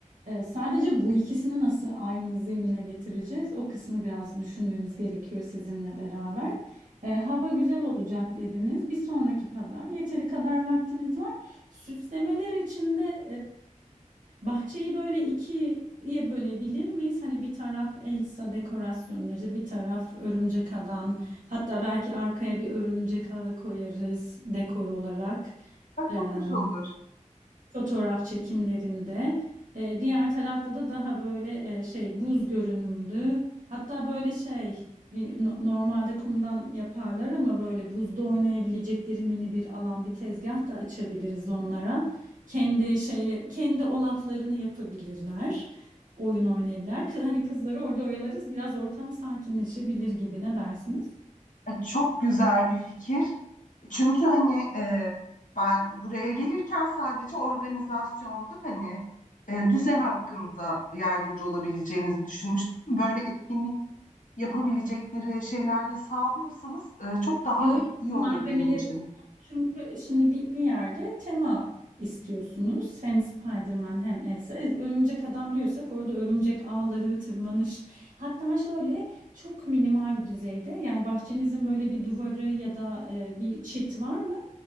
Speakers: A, on the right; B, on the left.
A: E, sadece bu ikisini nasıl aynı zemine getireceğiz? O kısmı biraz düşünmemiz gerekiyor sizinle beraber. E, hava güzel olacak dediniz. Bir sonraki pazar yeteri kadar vaktimiz var. Süslemeler için de Bahçeyi böyle ikiye bölebilir miyiz? Hani bir taraf Elsa dekorasyonları, bir taraf örümcek adam. Hatta belki arkaya bir örümcek ağı koyarız dekor olarak.
B: Bak
A: Eee,
B: çok hoş olur.
A: Fotoğraf çekimlerinde. Eee, diğer tarafta da daha böyle eee, şey buz görünümlü. Hatta böyle şey bir no- normalde kumdan yaparlar ama böyle buzda oynayabilecekleri mini bir alan bir tezgah da açabiliriz onlara. Kendi şeyle kendi olaflarını yapabilirler. Oyun oynayabilirler. Kı- Hani kızları orada oyalarız. Biraz ortam sakinleşebilir gibi. Ne dersiniz?
B: E, çok güzel bir fikir. Çünkü hani e, ben buraya gelirken sadece organizasyonda hani e, düzen hakkında yardımcı olabileceğinizi düşünmüştüm. Böyle etkinlik yapabilecekleri şeyler de sağlıyorsanız e, çok daha
A: Yo, yo,
B: iyi olur
A: malzemeleri
B: benim için.
A: Çünkü şimdi bir, bir yerde tema istiyorsunuz. Hem Spider-Man hem Elsa. E, Örümcek adam diyorsak orada örümcek ağları, tırmanış. Hatta şöyle çok minimal bir düzeyde yani bahçenizin böyle bir duvarı ya da e, bir çit var mı?